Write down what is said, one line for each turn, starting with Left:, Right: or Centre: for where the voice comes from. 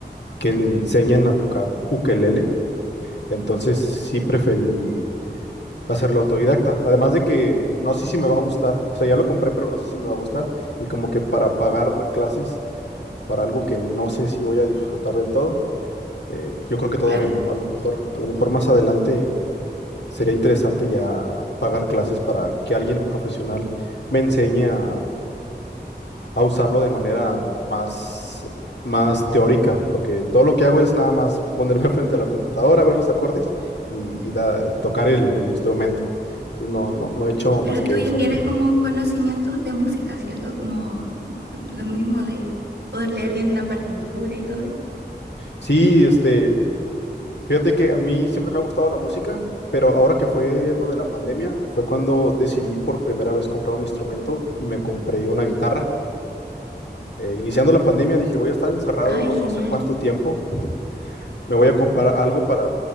Left: que enseñen a tocar ukelele, entonces sí preferí hacerlo autodidacta. Además de que no sé si me va a gustar, o sea, ya lo compré, pero no sé si me va a gustar, y como que para pagar clases para algo que no sé si voy a disfrutar del todo, eh, yo creo que todavía
Right: claro.
Left: no. A lo mejor, a lo mejor más adelante sería interesante ya pagar clases para que alguien profesional me enseñe a a usarlo de manera más, más teórica, porque todo lo que hago es nada más ponerme <laughs> frente a la computadora, ver los acordes y, y da- tocar el, el instrumento. Entonces no, no, no he hecho
Right: Pero
Left: más que
Right: tú ya
Left: eso.
Right: tienes como conocimientos de música, ¿cierto? Como lo mismo de poder leer bien una partitura y todo eso.
Left: Sí, este, fíjate que a mí siempre me ha gustado la música, pero ahora que fue lo de la pandemia, fue cuando decidí por primera vez comprar un instrumento y me compré una guitarra. Eh, iniciando la pandemia dije, voy a estar encerrado
Right: Ay, genial.
Left: no sé cuánto tiempo me voy a comprar algo para